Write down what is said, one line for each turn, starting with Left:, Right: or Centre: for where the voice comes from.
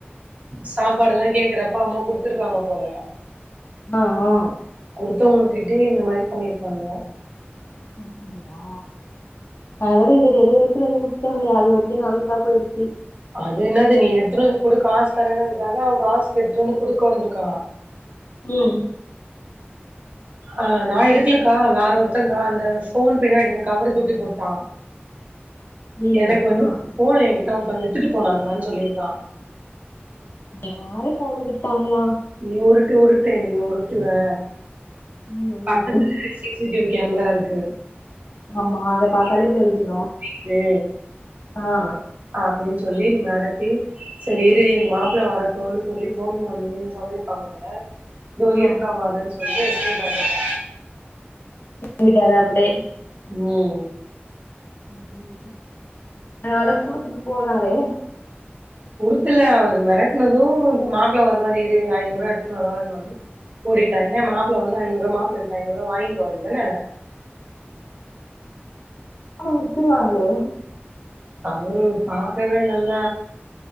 Right: சாப்பாடு எல்லா கேக்கறப்ப அம்மா குடுத்துருக்காங்க போல
Left: ஆ ஆ
Right: குடுத்தவங்க கிட்டயே இந்த மாரி பண்ணிருக்காங்க
Left: ஒ அப்டிங்ளா அதனால இவரு <unintelligible> எடுத்துட்டு வந்து குடுத்தாங்க அது வரைக்கு நல்லாதா போய்டுச்சி
Right: அது என்னது நீ எடுத்துட்டு வந்து குடு காசு தர இததா அவ காஸ் கேட்ருன்னு குடுக்க வந்திருக்கா
Left: ம்
Right: ஆ நா எடுக்கலக்கா வேற ஒருத்தக்கா அந்த ஃபோன் பின்னாடி அந்த கவர தூக்கி போட்டா
Left: ஐயையோ
Right: எனக் வந்து
Left: ஆ
Right: ஃபோன எ கிட்ட ஒருத்த வித்துட்டு போனாக்கான் சொல்லிருக்றா
Left: யாரு ஃபோன வித்தாங்ளா
Right: நீ உருட்டு உருட்டு நீ உருட்டுவே
Left: ம்
Right: பக்கத்துல
Left: ம்
Right: சிசிடிவி கேமரா இருக்கு
Left: ஆமா அத பாத்தாலே
Right: நீ
Left: தெரிஞ்சிரு
Right: எடு
Left: ஆ
Right: அப்டின்னு சொல்லி மெரட்டி செரி இரு எங்க மாப்ள வரட்டுனு சொல்லி ஃபோன் பண்ணி சொல்லிருப்பாங்க போல தோ
Left: ஆ
Right: இருக்கா வரன் சொல்லி எஸ்கேப் அய்டாங்க
Left: தூங்கிட்டாரா அப்டியே
Right: ம்
Left: இன்னொரு தடவ குடுத்துட்டு போவாரு
Right: குடுக்கல அவர் மெரட்னது மாப்ள வாருவாரு இரு ஐநூறுவா எடுத்துனு வரு வாருன்ன ஒன்னே ஓடிட்டா ஏ மாப்ள வந்தா ஐநூரூவா மாப்ள கிட்ட ஐநூரூவா வாய்ன் போவேண்டி தான
Left: அவங் குடுத்துருவாங்களே
Right: அவரு பாக்கவே இல்ல இல்ல